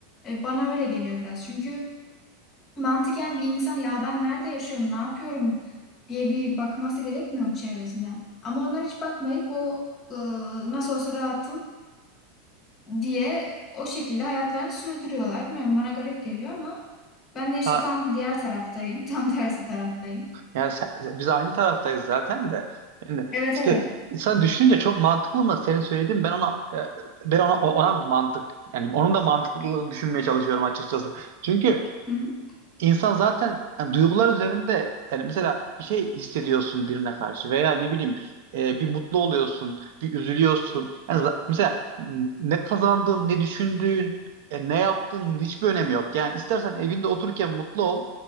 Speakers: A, on the left (about 20°); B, on the right (about 60°).
A: e, bana öyle geliyor biraz. Çünkü mantıken bir insan ya ben nerede yaşıyorum, ne yapıyorum diye bir bakması gerekmiyor mu çevresinden? Ama onlar hiç bakmayıp o e, nasıl olsa rahatım diye o şekilde hayatlarını sürdürüyorlar. Bilmiyorum bana garip geliyor ama ben de işte
B: Ha,
A: tam diğer taraftayım. <laughs> Tam tersi taraftayım.
B: Yani sen- biz aynı taraftayız zaten de. Yani
A: Evet
B: işte
A: evet.
B: insan düşününce çok mantıklı mı senin söylediğin ben ona e, ben ona ona bir mantık yani onun da mantıklılığı düşünmeye çalışıyorum açıkçası. Çünkü
A: Hı hı.
B: İnsan zaten yani duygular üzerinde yani mesela bir şey hissediyorsun birine karşı veya ne bileyim e, bir mutlu oluyorsun, bir üzülüyorsun. Yani za- mesela m, ne kazandığın, ne düşündüğün, e, ne yaptığın hiçbir önemi yok. Yani istersen evinde otururken mutlu ol